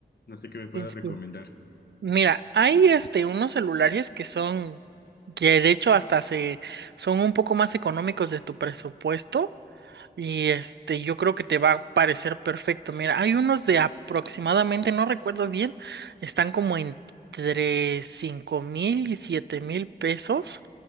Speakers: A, on the left; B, on the right.
A: No sé qué me pueda
B: Tienes
A: recomendar.
B: que- Mira, hay este unos celulares que son, que de hecho hasta se son un poco más económicos de tu presupuesto y este yo creo que te va a parecer perfecto. Mira, hay unos de aproximadamente, no recuerdo bien, están como entre cinco mil y siete mil pesos